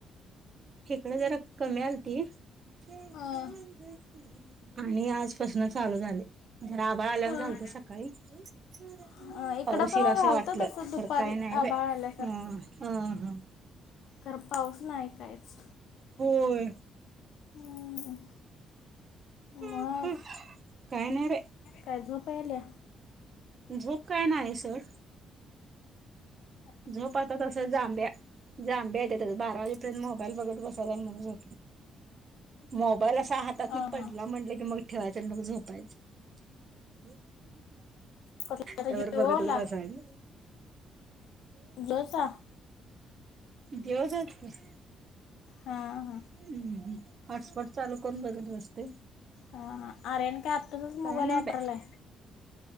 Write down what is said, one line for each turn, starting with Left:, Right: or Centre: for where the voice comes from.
Right: इकडं जरा कमी आलती <unintelligible>
Left: हां
Right: आणि आजपासनं चालू झालंय. जरा आभाळ आल्यावानी
Left: हां
Right: झालंत सकाळी <unintelligible>
Left: इकडं
Right: पाऊस
Left: पण
Right: येईल असं
Left: झालं
Right: वाटलं
Left: तर तसं दुपारी
Right: खरं काही नाही
Left: आभाळ
Right: बाई
Left: आल्यासारखं
Right: अम्म हं हं.
Left: खरं पाऊस नाही काहीच.
Right: होय.
Left: हम्म.
Right: हम्
Left: मग
Right: ह काय नाहीरे
Left: काय झोप यायल्या
Right: <inaudible> <unintelligible> काय नाही सोड झोप आता तस जांब्या जांब्या य बारा वाजेपर्यंत मोबाईल बघत बसा मोबाईल हातात
Left: हां
Right: मग पडला
Left: हां
Right: म्हटलं की मग ठेवायचं आणि मग झोपायच <inaudible>
Left: कुठला तर
Right: त्यावर
Left: जिओला
Right: बघतच बसायल
Left: जोसा <unintelligible>
Right: जेव जा की
Left: हां हां
Right: हम्म हॉटस्पॉट चालू करून बघलस्त ते
Left: ह आरन का आत
Right: काय
Left: मोबाईल
Right: नाही
Left: वापरले
Right: बाय